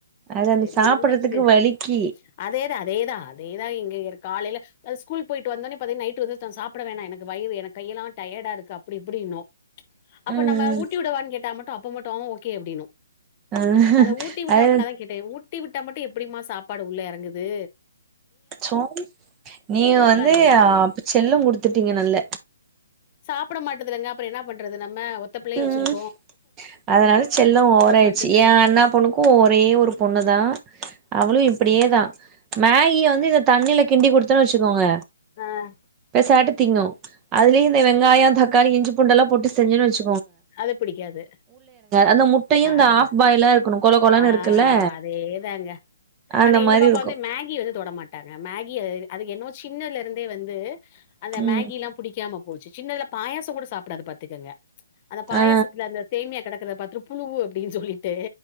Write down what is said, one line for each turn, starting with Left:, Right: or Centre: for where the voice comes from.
Right: அது
Left: சரி
Right: அந்த சாப்புட்றதுக்கு
Left: என்னத்துக்கு
Right: வலிக்கி
Left: அதேதா அதேதா அதே ஏதாது இங்க காலைல ஸ்கூல் போயிட்டு வந்தோடனே பாத்தீங்க நைட்டு வந்து தா சாப்பிட வேணா எனக்கு வயிறு என கையெல்லா டயர்டா இருக்கு அப்படி இப்படின்னு அப்ப
Right: ம்
Left: நம்ம உட் கேட்டா மட்டு அப்ப மட்டு அ ஓகே அப்படின்னு
Right: ஆ
Left: அத ஊட்டிவுட்ட
Right: அது
Left: மட்டு அதா கேட்டே ஊட் ஊட்டி விட்டா மட்டு எப்படிமா சாப்பாடு உள்ள இறங்குது
Right: சோ நீ வந்து
Left: இருக்கு
Right: அப்பு செல்ல குடுத்துட்டீங்க நல்ல
Left: சாப்பிட மாட்டதுல்லங்க அப்புறோ என்ன பண்றது நம் மே ஒத்தப்பிள்ளைய
Right: ம்
Left: வச்சிருக்
Right: அதனால செல்லோ ஓவராயிடுச்சு
Left: மாட்டுது
Right: எ அண்ணா பொண்ணுக்கு ஒரே ஒரு பொண்ணுதா அவளு இப்டியே தா மேகிய வந்து இந்த தண்ணியில கிண்டி குடுத்தனு வச்சுக்கோங்க
Left: அ
Right: சாட்டு திண்ணு அதுலே ந்து வெங்காயோ தக்காளி இஞ்சு பூண் பூண்டல்லா போட்டு செஞ்சன வச்சுக்
Left: அது பிடிக்காது
Right: அந்த முட்டையு
Left: ஆஹ்
Right: இந்த ஆஃப் பாயிலா இருக்கணு கொல கொலன்னு
Left: ஆஹ்
Right: இருக்குல்ல
Left: அதேதாங்க
Right: அந்த
Left: ஆனா எங்க
Right: மாரி
Left: பாப்பா
Right: இருக்கு
Left: வந்து மேகி வந்து தொட மாட்டாங்க மேகி அ எ அதுக் என்னவோ சின்னதுல இருந்தே வந்து அந்த
Right: ம்
Left: மேகி எல்லா புடிக்காம போச்சு சின்னதுல்ல பாயாச கூட சாப்பிடாது பாத்துக்கோங்க அந்த பாயசத்துல
Right: ஆ
Left: அந்த சேமியா கிடடக்கறத பாத் ட்ரு புழுவு அப்படின் சொல்லி ட்டு